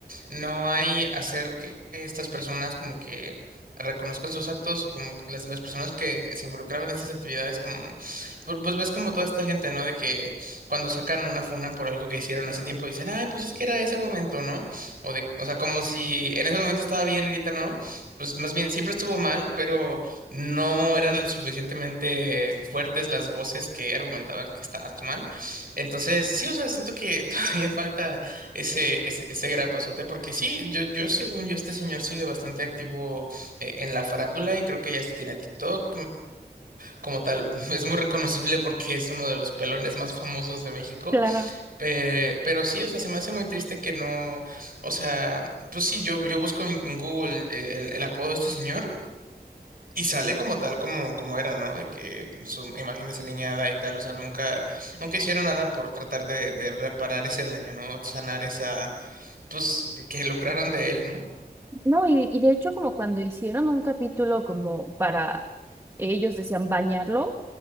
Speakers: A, on the right (about 60°); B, on the right (about 15°).
A: no hay hacer que estas personas como que reconozcan sus actos o como las, las personas que se involucraban en estas actividades como, pu- pues ves como toda esta gente, ¿no? De que cuando sacan una funa por algo que hicieron hace tiempo dicen, ay, pues es que era ese momento, ¿no? O, de, o sea, como si en ese momento estaba bien, ahorita no. Pues más bien, siempre estuvo mal, pero no eran lo suficientemente fuertes las voces que argumentaban que estabas mal. Entonces, sí, o sea, siento que <laughs> todavía falta ese, ese, ese gran pasote, porque sí, yo, yo, según yo, este señor sigue bastante activo eh, en la farándula y creo que ya hasta tiene TikTok. Como tal, <laughs> es muy reconocible porque es uno de los pelones más famosos de México.
B: Claro.
A: Pe- pero sí, o sea, se me hace muy triste que no, o sea, pues sí, yo, yo busco en en Google eh, el, el apodo de este señor y sale como tal, como, como era, ¿no? De que su imagen desaliñada y tal, o sea, nunca, nunca hicieron nada por tratar de, de reparar ese daño, ¿no? Sanar esa, pues, que lucraron de él, ¿no?
B: No, y, y de hecho como cuando hicieron un capítulo como para, ellos decían bañarlo,